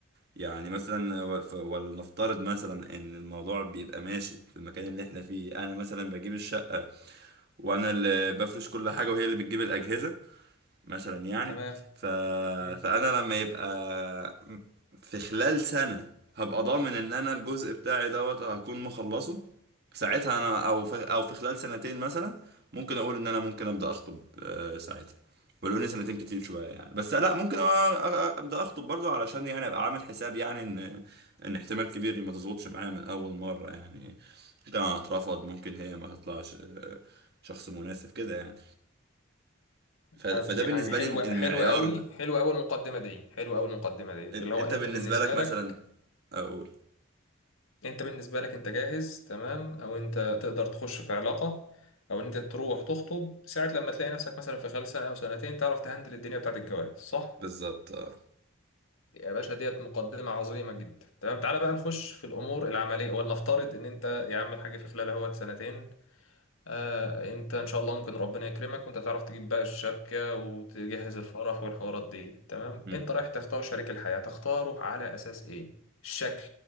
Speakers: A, on the right; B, on the left.
A: يعني مثلا و- ف- ولنفترض مثلا ان الموضوع بيبقى ماشي في المكان اللي احنا فيه انا مثلا بجيب الشقة وانا اللي بفرش كل حاجة وهي اللي بتجيب الاجهزة مثلا يعني
B: تمام
A: ف...
B: مم.
A: فانا لما يبقى في خلال سنة هبقى ضامن ان انا الجزء بتاعي دوت هكون مخلصه ساعتها انا او في... او في خلال سنتين مثلا ممكن اقول ان انا ممكن ابدا اخطب آه، ساعتها ولو ان سنتين كتير شويه يعني بس لا ممكن أ- أ- ابدا اخطب برضو علشان يعني ابقى عامل حساب يعني ان ان احتمال كبير ما تظبطش معايا من اول مره يعني ممكن انا اترفض ممكن هي ما تطلعش آه، شخص مناسب كده يعني ف- فده
B: طب يعني
A: بالنسبه
B: حلوه
A: لي المعيار
B: حلوه قوي حلوه اول مقدمه دي حلوه اول مقدمه ديت
A: إن-
B: اللي هو
A: انت
B: انت
A: بالنسبة
B: بالنسبه
A: لك مثلا
B: لك
A: اقول
B: انت بالنسبة لك انت جاهز تمام او انت تقدر تخش في علاقة او ان انت تروح تخطب ساعة لما تلاقي نفسك مثلا في خلال سنة او سنتين تعرف تهندل الدنيا بتاعت الجواز صح
A: بالظبط اه
B: يا باشا ديت مقدمة عظيمة جدا تمام تعالى بقى نخش في الامور العملية ولنفترض ان انت يا عم الحاج في خلال اهوت سنتين آه انت ان شاء الله ممكن ربنا يكرمك وانت تعرف تجيب بقى الشبكة وتجهز الفرح والحوارات دي تمام
A: مم.
B: انت رايح تختار شريك الحياة تختاره على اساس ايه الشكل